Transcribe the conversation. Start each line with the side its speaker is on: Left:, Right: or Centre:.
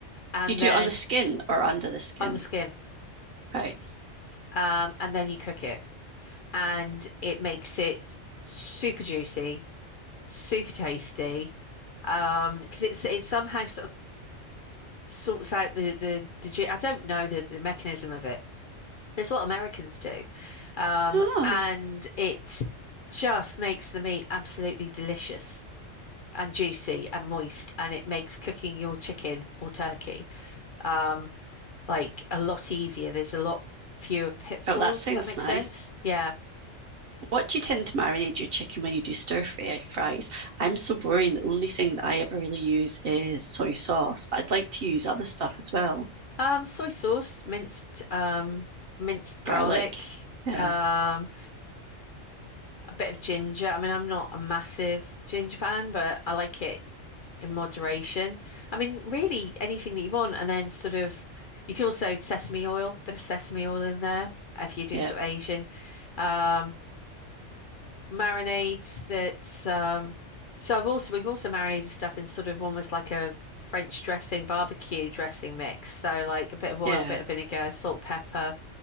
Left: And
Right: Do You do
Left: then
Right: it on the skin or under the skin?
Left: on the skin.
Right: Right.
Left: Um, and then you cook it. And it makes it super juicy super tasty. Um, because it's it somehow sort of sorts out the the the ge- I don't know the the mechanism of it. It's what Americans do, um,
Right: Oh,
Left: and it just makes the meat absolutely delicious and juicy and moist, and it makes cooking your chicken or turkey um like a lot easier. There's a lot fewer pitfalls,
Right: oh, that sounds
Left: if that makes
Right: nice.
Left: sense. Yeah.
Right: What do you tend to marinate your chicken when you do stir fry fries? I'm so boring. The only thing that I ever really use is soy sauce, but I'd like to use other stuff as well.
Left: Um, soy sauce, minced um minced
Right: Garlic.
Left: garlic.
Right: Yeah,
Left: Um, bit of ginger. I mean, I'm not a massive ginger fan, but I like it in moderation. I mean, really anything that you want, and then sort of you can also sesame oil, bit of sesame oil in there if you're doing
Right: yeah,
Left: sort of Asian. Um, marinades that um so I've also we've also marinated stuff in sort of almost like a French dressing, barbecue dressing mix. So like a bit of oil,
Right: yeah.
Left: bit of vinegar, salt, pepper.